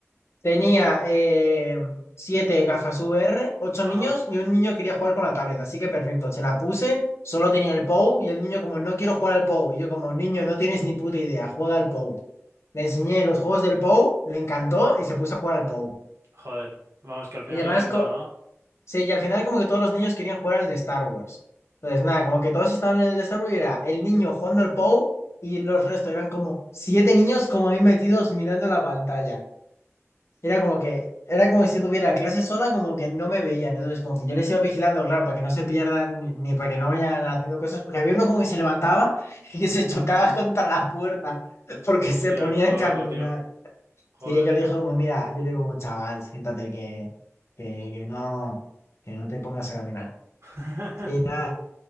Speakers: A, on the left (about 65°); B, on the right (about 65°).
A: tenía eh, siete gafas VR, ocho
B: Ajá.
A: niños y un niño quería jugar con la tablet. Así que perfecto, se la puse, solo tenía el POU y el niño como, no quiero jugar al POU. Y yo como, niño, no tienes ni puta idea, juega al POU. Le enseñé los juegos del Pou, le encantó y se puso a jugar al Pou.
B: Joder. Vamos, que al final
A: Y además,
B: le rentó,
A: co-
B: ¿no?
A: sí, y al final como que todos los niños querían jugar al de Star Wars. Entonces, nada, como que todos estaban en el de Star Wars y era el niño jugando al Pou y los restos eran como siete niños como ahí metidos mirando la pantalla. Era como que, era como si tuviera clase sola, como que no me veían. Entonces, como que yo les iba vigilando, claro, para que no se pierdan ni ni para que no vayan haciendo cosas, porque había uno como que se levantaba <laughs> y que se chocaba contra la puerta porque
B: Hostia,
A: se ponía
B: todo
A: a caminar.
B: loco, tío. Joder.
A: Sí, yo le dije como, mira, yo le digo como, chaval, siéntate que, que, que no, que no te pongas a caminar.
B: <laughs>
A: Y nada,